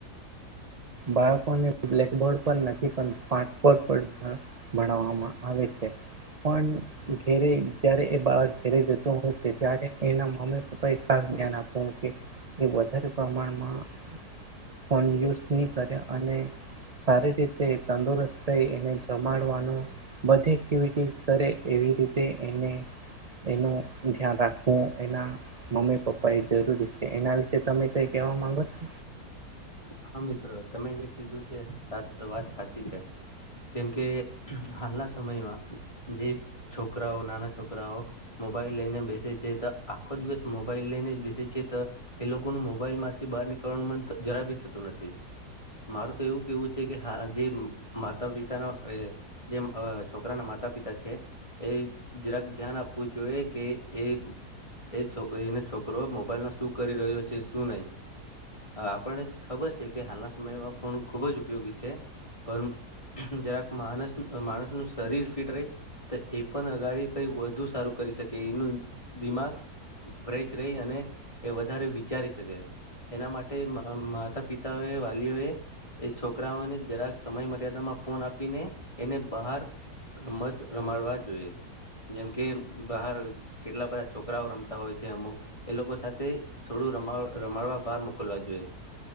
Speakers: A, on the right; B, on the left.
A: બાળકોને બ્લેકબોર્ડ પર નથી, પણ સ્માર્ટબોર્ડ પર. ભણવામાં આવે છે, પણ ઘેરે જ્યારે એ બાળક ઘેરે જતો હોય છે, ત્યારે એના મમ્મી- પપ્પા એ ખાસ ધ્યાન આપવું કે એ વધારે પ્રમાણમાં ફોન યુઝ નહી કરે, અને સારી રીતે તંદુરસ્ત થઈ એને જમાડવાનું, બધી એક્ટિવિટી કરે એવી રીતે એને એનું ધ્યાન રાખવું એના મમ્મી પપ્પા એ જરૂરી છે એના વિશે તમે કઈ કેહેવા માંગો છો.
B: હા મિત્ર તમે જે કીધું તે સાત વાત હાચી છે. કેમકે હાલના સમયમાં જે છોકરાઓ નાના છોકરાઓ મોબાઈલ લઈને બેસે છે તો આખો દિવસ મોબાઈલ લઈને જ બેસે છે તો એ લોકોનું મોબાઈલ માંથી બહાર નીકળવાણ મન તો જરાબી થતું નથી. મારું તો એવું કેવું છે કે હા જે માતા પિતાનો એ જેમ અ છોકરાના માતા પિતા છે. એ જરાક ધ્યાન આપવું જોઈએ કે એ એ છોકરી ને છોકરો મોબાઈલમા શું કરી રહ્યો છે શું નહી. આ આપણને ખબર છે કે હાલના સમયમાં ફોન ખૂબ જ ઉપયોગી છે પણ જરાક માણસ માણસનું શરીર ફિટ રહે, તો એ પણ અગાડી કઈ વધુ સારું કરી શકે એનું દિમાગ ફ્રેશ રહી અને એ વધારે વિચારી શકે એના માટે તે મ અ માતા પિતાઓએ વાલીઓએ, એ છોકરાઓને જરાક સમય મર્યાદામાં ફોન આપીને, એને બહાર રમત રમાડવા જોઈએ, જેમ કે બહાર કેટલા બધા છોકરાઓ રમતા હોય છે અમુક એ લોકો સાથે થોડું ર રમાડવા બહાર મુક મોકલવા જોઈએ,